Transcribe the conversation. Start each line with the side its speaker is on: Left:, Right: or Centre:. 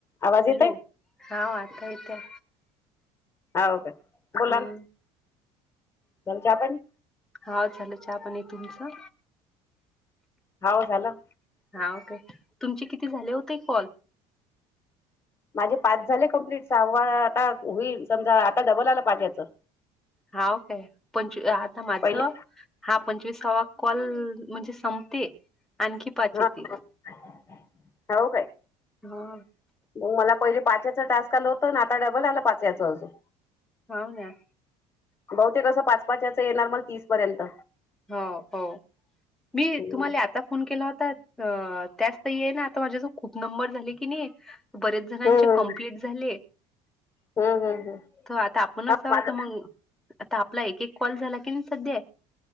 Left: आवाज
Centre: हॅलो
Left: येतय
Centre: हा आता येतोय.
Left: हाऊ का बोला
Centre: हम्म
Left: ना. झालं चहा पाणी.
Centre: हा झालं चहा पाणी तुमचं.
Left: हाव झालं.
Centre: हा ओके तुमचे किती झाले हो ताई कॉल?
Left: माझे पाच झाले कंप्लीट सहावा आता होईल. समजा आता डबल आला पाहिजे होत.
Centre: हाव काय पंचवी आता माझं.
Left: पहिले
Centre: हा पंचविसावा कॉल म्हणजे संपते आणखी पाच
Left: हा.
Centre: येतील
Left: हा. हाऊ काय?
Centre: हा
Left: मग मला पहिले पाच्याचं टास्क आलं होतं ना, आता डबल आलं पाच्याचं अजून
Centre: हो ना.
Left: बहुतेक असं पाच, पाचच येणार मग तीस पर्यंत.
Centre: हो हो. मी
Left: हम्म
Centre: तुम्हाला आता फोन केला होता, अ त्याच ताई या ना आता माझ्या जो खूप नंबर झाले की नाही बरेच जणांचे
Left: हम्म
Centre: कंप्लीट झाले.
Left: हम्म हम्म
Centre: तर आता आपणच
Left: हा
Centre: आहोत
Left: माझं
Centre: मग आता आपला एक एक कॉल झाला की नाही सध्य आहे.